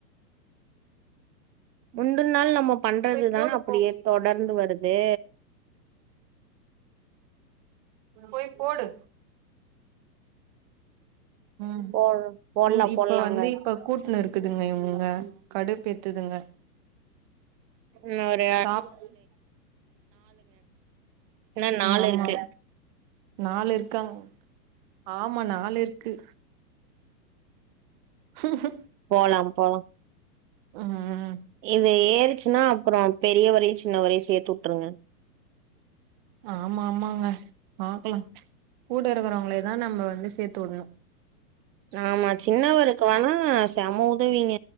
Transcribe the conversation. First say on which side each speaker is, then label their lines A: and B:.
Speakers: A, on the right; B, on the right.
A: முந்தன்நாள் நம்ம பண்றதுதான
B: போய் போடு
A: அப்படியே
B: போ
A: தொடர்ந்து வருது
B: போய் போடு உம்
A: போ போடலாம்
B: இப்ப
A: போடலாங்க.
B: வந்து இப்ப கூப் இருக்குதுங்க இவுனுங்க கடுப்பு ஏத்துதுங்க
A: இன்னும் ஒரு
B: சாப் உம்
A: இன்னும்
B: ஆமா
A: இருக்கு.
B: நாள் இருக்காங்க ஆமா நாள் இருக்கு ஹ
A: போலாம் போலாம்
B: உஹ்ம் ம்
A: து ஏறிச்சுன்னா அப்புறம் பெரியவரையும் சின்ன வரையும் சேர்த்து வுட்ருங்க
B: ஆமா ஆமாங்க பாக்கலாம் கூட இருக்கறவங்களே தான் நம்ம வந்து சேர்த்து வுடணும்
A: ஆமா சின்னவருக்கு வேணா செம உதவீங்க